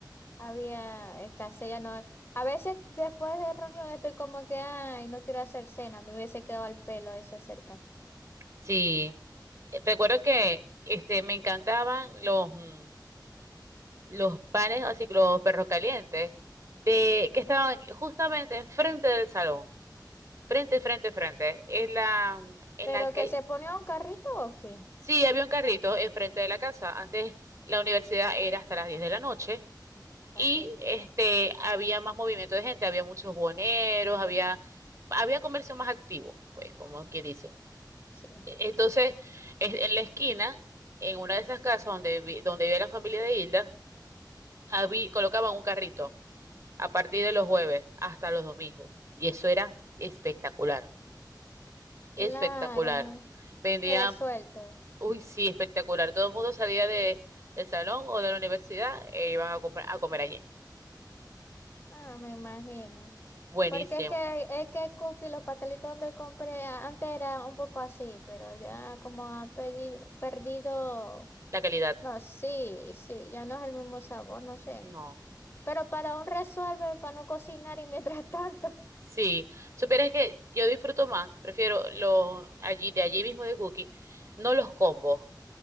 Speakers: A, on the left (about 30°); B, on the right (about 40°).
A: había escasez, ya no. A veces después de reunión estoy como que, ay, no quiero hacer cena, me hubiese quedado al pelo eso cerca.
B: Sí. Eh, Recuerdo que este, me encantaban los, mm, los panes, así que los perros calientes, de, que estaban justamente enfrente del salón, frente, frente, frente, en la, en
A: Pero
B: la calle.
A: que se ponía un carrito o qué?
B: Sí, había un carrito enfrente de la casa. Antes la universidad era hasta las 10 de la noche y
A: Ok,
B: este, había más movimiento de gente, había muchos boneros, había, había comercio más activo, pues como que dice.
A: sí.
B: Entonces, es- en la esquina, en una de esas casas donde, vi- donde vive la familia de Hilda, habí- colocaban un carrito a partir de los jueves hasta los domingos. Y eso era espectacular, espectacular.
A: Claro,
B: Vendían,
A: resuelto.
B: uy, sí, espectacular. Todo el mundo salía de, del salón o de la universidad e iban a, comprar- a comer allí.
A: Ah, me imagino.
B: Buenísimo.
A: Porque es que, es que cookie, los pastelitos donde compré a- antes era un poco así, pero ya como han pedi- perdido,
B: La calidad,
A: no, sí, sí, ya no es el mismo sabor, no sé.
B: no.
A: Pero para un resuelve, para no cocinar y mientras <laughs> tanto.
B: Sí, supieras que yo disfruto más, prefiero los allí, de allí mismo de Cookie, no los combos. O